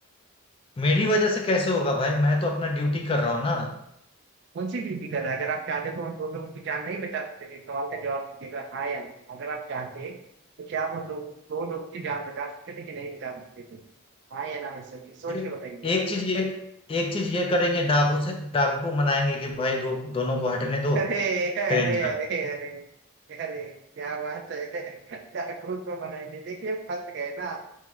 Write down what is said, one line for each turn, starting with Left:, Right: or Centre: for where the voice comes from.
Left: मेरी वजह से कैसे होगा भाई मैं तो अपना ड्यूटी कर रहा हूँ ना
Right: कौन सी ड्यूटी कर रहा है अगर आप चाहते तो उन दो लोगों की जान नहीं बचा सकते थे इस सवाल का जवाब दीजिएगा हाँ या नहीं अगर आप चाहते तो क्या आप उन लोगों दो लोगों की जान बचा सकते थे कि नहीं बचा सकते थे हाँ या ना मैं सोचिए सोच
Left: देखो
Right: के बताइए
Left: एक चीज ये एक चीज ये करेंगे डाकू से डाकू को मनाएंगे कि भाई दो दोनों को हटने दो
Right: अरे अरे
Left: ट्रेन जाए
Right: अरे अरे अरे क्या बात है क्या खुद को मनाएंगे देखिए फंस गए ना